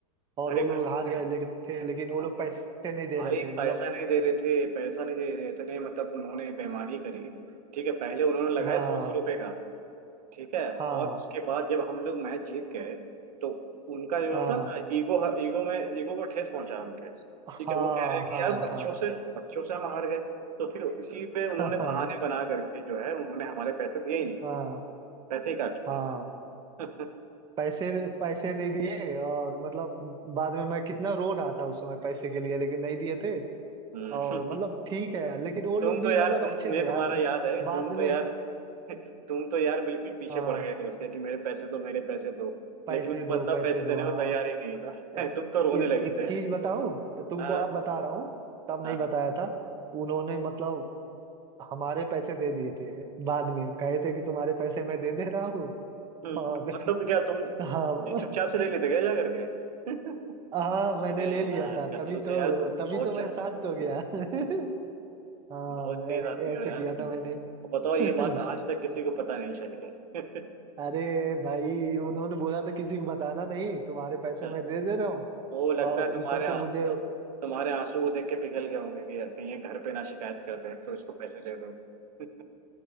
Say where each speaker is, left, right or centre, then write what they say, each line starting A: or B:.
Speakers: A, on the right; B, on the right.
A: और
B: अरे
A: वो लोग
B: कसम
A: हार गए
B: है
A: ले, थे लेकिन वो
B: हाँ
A: लोग पैसे नहीं दे
B: भाई
A: रहे थे मतलब
B: पैसा नहीं दे रहे थे पैसा नहीं दे रहे थे इतने मतलब उन्होंने बेईमानी करी ठीक है पहले उन्होंने लगाए
A: हाँ
B: सौ सौ रुपए का ठीक है
A: हाँ
B: और उसके बाद जब हम लोग मैच जीत गए तो उनका जो
A: हाँ
B: होता ना ईगो ईगो में ईगो को ठेस पहुंचा उनके ठीक
A: हाँ
B: है वो कह रहे हैं कि
A: हाँ
B: यार बच्चों
A: हाँ
B: से बच्चों से हम हार गए तो फिर इसी पे उन्होंने
A: हाँ
B: बहाने बना करके जो है उन्होंने हमारे पैसे दिए ही नहीं
A: हाँ
B: पैसे ही काट लिए
A: हाँ
B: हमारे <laughs>
A: पैसे पैसे नहीं दिए और मतलब बाद में मैं कितना रो रहा था उस समय पैसे के लिए लेकिन नहीं दिए थे
B: हम्म।
A: और मतलब ठीक है लेकिन वो लोग
B: तुम
A: भी
B: तो यार
A: मतलब
B: तुम
A: अच्छे
B: मुझे
A: थे
B: तुम्हारा
A: यार
B: याद है तुम
A: बाद
B: तो
A: में
B: यार <laughs> तुम तो यार बिल्कुल पीछे
A: हाँ
B: पड़ गए थे उसके कि मेरे पैसे दो मेरे पैसे दो
A: पैसे
B: लेकिन वो
A: दो
B: बंदा
A: पैसे
B: पैसे
A: दो
B: देने
A: हाँ
B: को तैयार ही नहीं था
A: ए-
B: <laughs> तुम तो रोने
A: एक
B: लगे
A: एक
B: थे
A: चीज बताऊं तुमको
B: हाँ
A: अब बता रहा हूँ तब
B: हाँ।
A: नहीं बताया था उन्होंने मतलब हमारे पैसे दे दिए थे बाद में कहे थे कि तुम्हारे पैसे मैं दे दे रहा हूँ
B: हम्म,
A: और
B: मतलब क्या
A: <laughs>
B: तुम तुम
A: हाँ
B: चुपचाप से ले लेते क्या जा करके <laughs>
A: हाँ मैंने
B: अरे
A: ले
B: यार
A: लिया था तभी
B: कसम
A: तो
B: से यार तुम
A: तभी
B: बहुत
A: तो
B: चा-
A: मैं शांत हो गया <laughs> हाँ
B: बहुत
A: ऐ-
B: तेज आदमी
A: ऐसे
B: हो यार
A: किया
B: तुम
A: था
B: तो
A: मैंने
B: बताओ ये
A: <laughs>
B: बात आज तक किसी को पता नहीं चली है <laughs>
A: अरे भाई उन्होंने बोला था किसी को बताना नहीं तुम्हारे पैसे
B: अच्छा,
A: मैं दे दे रहा हूँ
B: वो लगता
A: और
B: है तुम्हारे
A: ऊपर से
B: आ,
A: मुझे <laughs>
B: तुम्हारे आंसू को देख के पिघल गए होंगे कि यार कहीं ये घर पे ना शिकायत कर दे तो इसको पैसे दे दो <laughs>